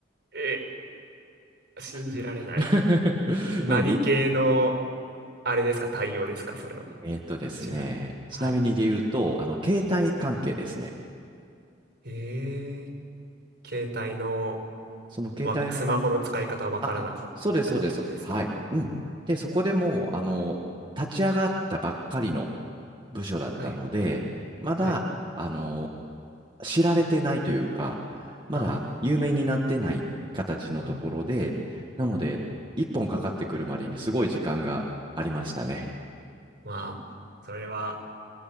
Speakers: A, on the right; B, on the right.
A: え、信じられない。
B: <laughs>
A: 何系の、
B: なので、
A: あれですか、対応ですか、それは。
B: えーっとですね、
A: ちなみに。
B: ちなみにで言うと、
A: はい。
B: あの、携帯関係ですね。
A: ええ、携帯の
B: その携帯の中、
A: わスマホの使い方わからなかったりとかってことですか
B: あ、そうです、そうです。はい。うん。で、そこでもう、あの、立ち上がったばっかりの部署だったので、
A: はい、
B: まだ、
A: はい。
B: あの、知られてないというか、まだ有名になってない形のところで、
A: あーあー、
B: なので、一本かかってくるまでにすごい時間がありましたね。
A: まあ、それは